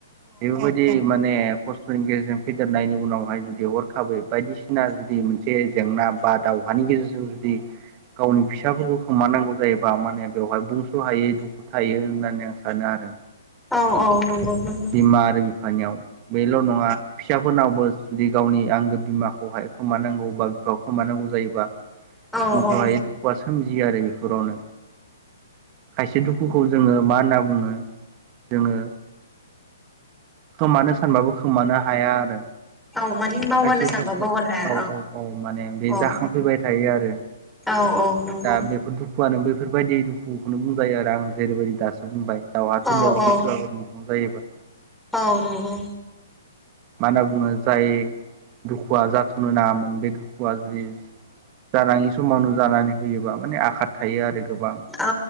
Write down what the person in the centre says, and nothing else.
औ औ नंगौ। नंगौ
औ
औ
औ
औ माने मावगारनो
सानबा
मावगारनो हाया
औ
औ औ नंगौ।
औ
औ
औ नंगौ
औ